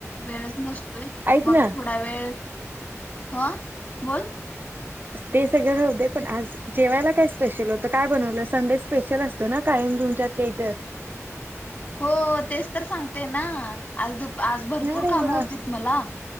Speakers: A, on the left; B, on the right.
A: वेळच नसतोय,
B: ऐक
A: मग
B: ना
A: थोडा वेळ हा, बोल
B: ते सगळं राहूदे, पण आज जेवायला काय स्पेशल होतं? काय बनवलं संडे स्पेशल, असतं ना काय? तुमच्यात काहीतर
A: हो, तेच तर सांगते ना, आज दुपा आज भरपूर
B: अरे
A: काम
B: वा
A: होतीत मला,